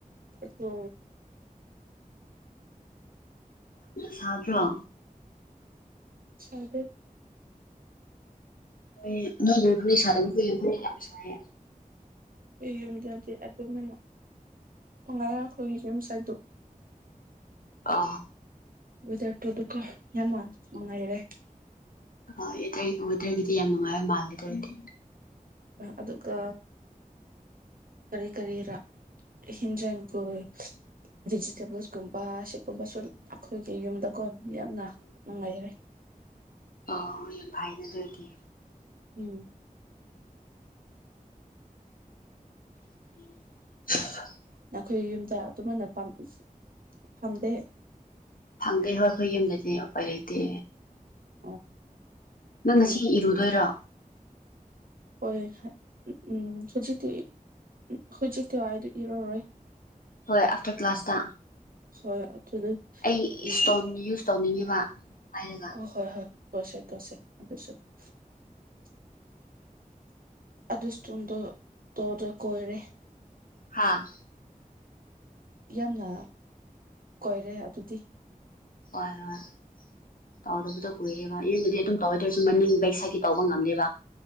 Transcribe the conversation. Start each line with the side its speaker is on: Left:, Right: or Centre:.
Right: ꯍ
Left: ꯁꯥꯗ꯭ꯔ
Right: ꯑꯗ
Left: ꯅꯣꯏ ꯅꯣꯏ ꯌꯨꯇꯨꯗꯤ ꯁꯥꯁꯕꯔ꯭ ꯈꯣꯏ ꯌꯨ ꯌꯥꯝ ꯁꯥꯌꯦ
Right: ꯑꯩ ꯌꯨꯝꯗꯗꯤ ꯑꯗꯨꯝꯥꯏꯅ ꯉꯥꯔ ꯑꯩꯈꯣꯏꯒꯤ ꯌꯨꯝꯁꯗꯣ
Left: ꯑ
Right: ꯖ ꯇꯨꯗꯨꯀꯣ ꯌꯥꯝ ꯃꯥ ꯅꯨꯉꯥꯏꯔꯦ
Left: ꯍ ꯋꯦꯗꯔꯒꯤꯗꯤ ꯌꯥꯝ ꯅꯨꯡꯉꯥꯏꯕ ꯃꯥꯜꯂꯦ ꯑꯗꯨ ꯑꯣꯏꯗꯤ
Right: ꯑꯗꯨꯒ ꯀꯔꯤ ꯀꯔꯤꯔ ꯍꯤꯟꯖꯟꯒꯣꯜ ꯚꯦꯖꯤꯇꯦꯕꯜꯁꯀꯨꯝꯕ ꯁꯤꯒꯨꯝꯕꯁꯨ ꯑꯈꯣꯏꯒꯤ ꯌꯨꯝꯗ ꯀꯣꯟ ꯌꯥꯝꯅ ꯅꯨꯡꯉꯥꯏꯔꯦ
Left: ꯑꯣ ꯌꯥꯝ ꯐꯥꯏꯅꯗꯣꯏꯗꯤ
Right: ꯎꯝ
Left: <inaudible>
Right: ꯅꯈꯣꯏ ꯌꯨꯝꯗ ꯑꯗꯨꯃꯟꯅ ꯄꯥꯝ ꯐꯝꯗꯦ
Left: ꯐꯪꯗꯦ ꯍꯣꯏ ꯑꯩꯈꯣꯏ ꯌꯨꯝꯗꯗꯤ ꯎꯄꯥꯏ ꯂꯩꯇꯦ
Right: ꯑꯣ
Left: ꯅꯪ
Right: ꯅꯨꯡꯉꯥꯏꯇꯦ
Left: ꯉꯁꯤ ꯏꯔꯨꯗꯣꯏꯔꯣ
Right: ꯑꯗꯨꯗꯤ ꯍꯣꯏ ꯎꯝ ꯍꯨꯖꯤꯛꯇꯤ ꯍꯨꯏꯖꯤꯠꯇꯤ ꯋꯥꯏꯗꯤ ꯏꯔꯨꯔꯣꯏ
Left: ꯍꯣꯏ ꯑꯥꯐꯇꯔ ꯀ꯭ꯂꯥꯁꯇ
Right: ꯍꯣꯏ ꯑꯗꯨꯗꯤ
Left: ꯑꯩ
Right: ꯏꯒꯤ
Left: ꯏꯁꯇꯣꯟ ꯌꯨꯁ ꯇꯧꯅꯤꯡꯉꯤꯕ ꯄꯥꯏꯔꯒ
Right: ꯑꯣ ꯍꯣꯏ ꯍ ꯀꯁ ꯀꯁꯁ <unintelligible> ꯑꯗ ꯏꯁꯇꯨꯝꯗꯣ ꯇꯣꯗ ꯀꯣꯏꯔꯦ
Left: ꯍꯥꯥ
Right: ꯌꯥꯝꯅ ꯀꯣꯏꯔꯦ ꯑꯗꯨꯗꯤ
Left: ꯑꯣꯏꯔ ꯇꯧꯗꯕꯨꯗꯣ ꯀꯨꯏꯔꯦꯕ ꯏꯕꯨꯗꯤ ꯑꯗꯨꯝ ꯇꯧꯔꯗꯧꯔꯁꯨ ꯃꯅꯤꯡ ꯕꯦꯛ ꯁꯥꯏꯒꯤ ꯇꯧꯕ ꯉꯝꯗꯦꯕ